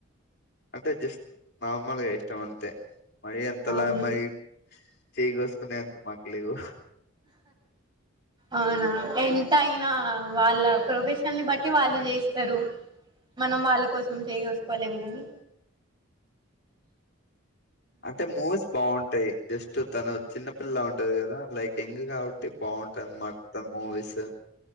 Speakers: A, on the left; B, on the right.
A: అంటే జస్ట్ నార్మల్గా ఇష్ట ఇష్టం అంతే మరి అంతలా
B: అవును
A: మరి చేయిగోసుకునే అంత మాకు లేవు
B: అవునవును ఎంత అయినా వాళ్ళ ప్రొఫెషన్నీ బట్టి వాళ్ళు చేస్తరు మనం వాళ్ళ కోసం చెయ్యి కోసుకోలేము కాని
A: అంటే మూవీస్ బాగుంటాయి జస్ట్ తను చిన్నపిల్లలా ఉంటది కదా లైక్ యంగ్ కాబట్టి బాగుంటదన్నమాట మూవీస్